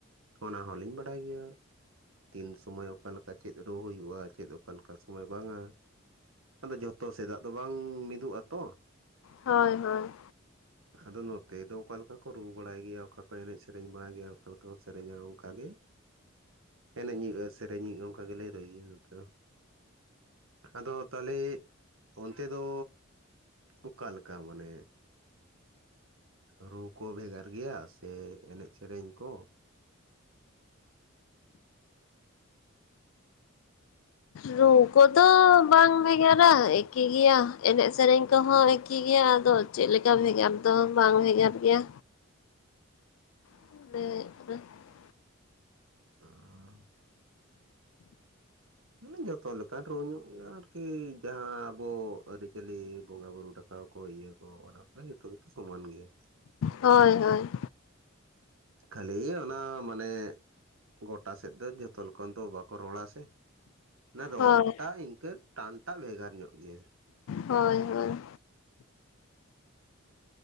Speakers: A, on the right (about 75°); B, on the left (about 75°).
A: ᱚᱱᱟ ᱦᱚᱞᱤᱧ ᱵᱟᱰᱟᱭ ᱜᱮᱭᱟ᱾ ᱛᱤᱱ ᱥᱢᱚᱭ ᱚᱠᱟ ᱞᱮᱠᱟ ᱪᱮᱫ ᱨᱩ ᱦᱩᱭᱩᱜᱼᱟ ᱪᱮᱫ ᱚᱠᱟᱞᱮ ᱞᱮᱠᱟ ᱥᱚᱢᱚᱭ ᱵᱟᱝᱟ, ᱟᱫᱚ ᱡᱷᱚᱛᱚ ᱥᱮᱫᱟᱜ ᱫᱚ ᱵᱟᱝ ᱢᱤᱫᱚᱜ ᱟᱛᱚ,
B: ᱦᱳᱭ ᱦᱳᱭ᱾
A: ᱟᱫᱚ ᱱᱚᱛᱮ ᱫᱚ ᱚᱠᱟ ᱞᱮᱠᱟ ᱠᱚ ᱨᱩ ᱵᱟᱲᱟᱭ ᱜᱮᱭᱟ ᱚᱠᱟ ᱠᱚ ᱮᱱᱮᱡ ᱥᱮᱨᱮᱧ ᱵᱟᱲᱟᱭ ᱜᱮᱭᱟ ᱚᱠᱟᱞᱮᱠᱟ ᱠᱚ ᱥᱮᱨᱮᱧ-ᱟ ᱚᱱᱠᱟᱜ ᱜᱮ᱾ ᱮᱱᱮᱡ ᱦᱩᱭᱩᱜᱼᱟ ᱥᱮᱨᱮᱧ ᱦᱩᱭᱩᱜᱼᱟ ᱚᱱᱠᱟ ᱜᱮᱞᱮ ᱨᱩᱭ ᱜᱮᱭᱟ ᱱᱚᱱᱛᱮ ᱦᱚ᱾ ᱟᱫᱚ ᱛᱟᱞᱮ ᱚᱱᱛᱮ ᱫᱚ ᱚᱠᱟᱞᱮᱠᱟ ᱢᱟᱱᱮ? ᱨᱩ ᱠᱚ ᱵᱷᱮᱜᱟᱨ ᱜᱮᱭᱟ ᱥᱮ ᱮᱱᱮᱡ ᱥᱮᱨᱮᱧ ᱠᱚ?
B: ᱨᱩ ᱠᱚᱫᱚ ᱵᱟᱝ ᱵᱷᱮᱜᱟᱨᱟ ᱮᱠᱤ ᱜᱮᱭᱟ ᱮᱱᱮᱡ ᱥᱮᱨᱮᱧ ᱠᱚᱦᱚᱸ ᱮᱠᱤ ᱜᱮᱭᱟ ᱟᱫᱚ, ᱪᱮᱫ ᱞᱮᱠᱟ ᱵᱷᱮᱜᱟᱨ ᱫᱚ ᱵᱟᱝ ᱵᱷᱮᱜᱟᱨ ᱜᱮᱭᱟ᱾ <unintelligible>
A: <unintelligible> <unintelligible> ᱡᱚᱛᱚ ᱞᱮᱠᱟᱱ ᱨᱩ ᱧᱚᱜ ᱜᱮᱭᱟ ᱟᱨᱠᱤ ᱡᱟᱦᱟᱸ ᱟᱵᱚ ᱟᱹᱨᱤ ᱪᱟᱹᱞᱤ ᱵᱚᱸᱜᱟ ᱵᱩᱨᱩ ᱰᱟᱠ᱾ ᱟᱣ ᱠᱚ ᱤᱭᱟᱹ ᱠᱚ ᱚᱱᱟ ᱠᱚᱜᱮ ᱡᱚᱛᱚ ᱜᱮᱛᱚ ᱥᱚᱢᱟᱱ ᱜᱮᱭᱟ᱾
B: ᱦᱳᱭ ᱦᱳᱭ᱾
A: ᱠᱷᱟᱹᱞᱤᱭ ᱚᱱᱟ ᱢᱟᱱᱮ, ᱜᱚᱴᱟ ᱥᱮᱫ ᱫᱚ ᱡᱚᱛᱚ ᱞᱚᱠᱷᱚᱱ ᱫᱚ ᱵᱟᱠᱚ ᱨᱚᱲᱟ ᱥᱮ ᱚᱱᱟ ᱨᱚᱲᱴᱟ
B: ᱦᱳᱭ
A: ᱤᱱᱠᱟᱹ ᱴᱟᱱᱴᱟᱜ ᱵᱷᱮᱜᱟᱨ ᱧᱚᱜ ᱜᱮᱭᱟ᱾
B: ᱦᱳᱭ ᱦᱳᱭ᱾